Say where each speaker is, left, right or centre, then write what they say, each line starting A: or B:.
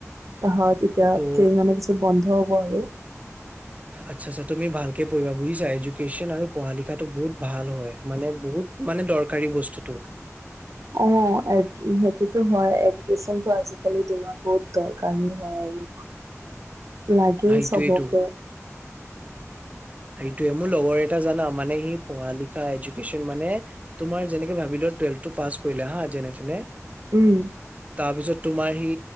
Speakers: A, on the right; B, on the right.
A: তাহত এতিয়া
B: অ
A: কেইদিনমানৰ পিছত বন্ধ হ'ব আৰু
B: আচ্ছা আচ্ছা তুমি ভালকে পঢ়িবা বুজিছা এডুকেচন আৰু পঢ়া লিখাটো বহুত ভাল হয় মানে বহুত মানে দৰকাৰী বস্তুতটো
A: অ' সেইটোতো হয় এডুকেচনটো আজিকালি দিনত বহুত দৰকাৰী হয় আৰু লাগেই
B: সেইটোৱেটো
A: চবকে
B: সেইটোে মোৰ লগৰ এটা জানা মানে সি পঢ়া লিখা এডুকেশ্যন মানে তোমাৰ যেনেকে ভাবিলো টুৱেলভ টো পাছ কৰিলে হা যেনে তেনে
A: উম
B: তাৰপিছত তোমাৰ সি